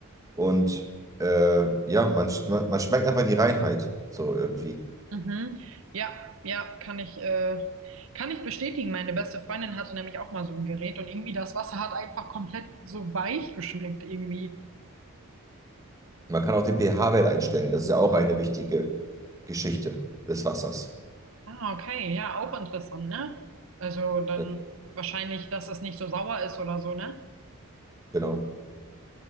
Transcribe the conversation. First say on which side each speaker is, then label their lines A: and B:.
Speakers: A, on the right; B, on the right.
A: und äh, ja, man, sch- man man schmeckt einfach die Reinheit so irgendwie.
B: Mhm. Ja, ja, kann ich, äh, kann ich bestätigen. Meine beste Freundin hatte nämlich auch mal so ein Gerät und irgendwie das Wasser hat einfach komplett so weich geschmeckt irgendwie.
A: Man kann auch den pH-Wert einstellen, das ist ja auch eine wichtige Geschichte des Wassers.
B: Ah, okay, ja, auch interessant, ne? Also dann
A: Ja,
B: wahrscheinlich, dass es nicht so sauer ist oder so, ne?
A: genau.